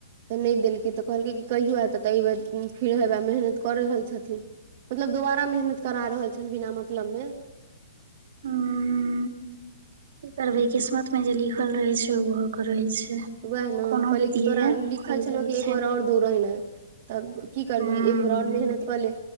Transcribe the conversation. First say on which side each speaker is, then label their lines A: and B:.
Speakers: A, on the right (about 35°); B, on the right (about 55°).
A: तऽ नै देलकै तऽ कहलकै कि कहियौ तऽ तऽ अये फेर हेबए मेहनत करै रहल छथिन मतलब दोबारा मेहनत करा रहल छनि बिना मतलब में
B: हं की करबै किस्मत में जे लिखल रहे छै ओ भऽ के रहे छै
A: वैह नाम
B: कोनो
A: कहलियै
B: विधिये
A: कि तोरा लिखल
B: फल
A: छलौ
B: दै
A: कि एक
B: छै
A: बेर आओर दौड़ेनाइ तब की करबिही
B: हूँ
A: एकबर आओर मेहनत कऽ ले